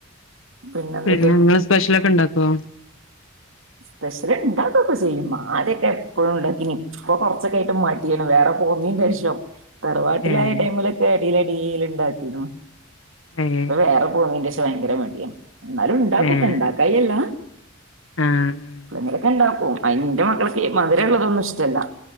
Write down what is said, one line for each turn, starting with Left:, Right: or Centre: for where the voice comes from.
Right: പിന്നെന്തൊക്കെ
Left: പിന്നെ നിങ്ങള് സ്പെഷ്യലൊക്കെ ഉണ്ടാക്കുവോ
Right: സ്പെഷ്യല് ഇണ്ടാക്കൊക്കെ ചെയ്യും ആദ്യ ഇല്ല എപ്പോഴും ഇല്ല ഇനി ഇപ്പൊ കൊറച്ചൊക്കെ ആയിട്ട് മടിയാണ് വേറെ പോന്നീനേഷം. തറവാട്ടിലായടേമിലൊക്കെ
Left: ഏഹ്
Right: അടിയിലടിൽ ഇണ്ടാക്കിരുന്നു
Left: ഏഹ്
Right: ഇപ്പൊ വേറെ പോന്നീന് ഭയങ്കര മടിയ എന്നാലും ഉണ്ടാക്കൂട്ട
Left: ഏഹ്
Right: ഉണ്ടാക്കായി അല്ല
Left: ആഹ് ഉം
Right: പളങ്ങൊക്കെ ഉണ്ടാക്കോ അയി പിന്നെ മക്കൾക്ക് ഈ മധുരള്ളതൊന്നും ഇഷ്ടമല്ല